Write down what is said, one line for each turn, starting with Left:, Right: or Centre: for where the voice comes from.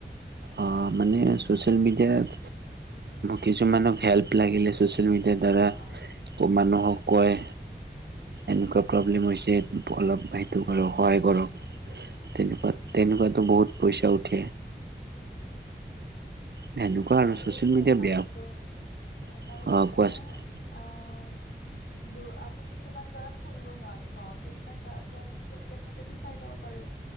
Right: অ', মানে ছ'চিয়েল মিডিয়াত, কিছুমানক হেল্প লাগিলে ছ'চিয়েল ছ'চিয়েল মিডিয়াৰ দ্বাৰা
Left: অ
Right: ক মানুহক কয় এনেকুৱা প্ৰব্লেম হৈছে। অলপ সেইটো কৰক সহায় কৰক,
Left: উম
Right: তেনেকুৱা
Left: উম
Right: তেনেকুৱাতো বহুত পইচা উঠে।
Left: উম।
Right: সেনেকুৱা
Left: আৰু
Right: ছচিয়েল মিডিয়া
Left: এটা
Right: বেয়া
Left: বস্তু, এটা
Right: অ
Left: বস্তু মানে
Right: কোৱাচোন
Left: আহ দু, আমি কিছুমান জাগাত ফুৰিব নোৱাৰো ন, সেইবিলাক জাগাতো আমি চচিয়েল মিডিয়াতে চাই ল'ব পাৰোঁ‌।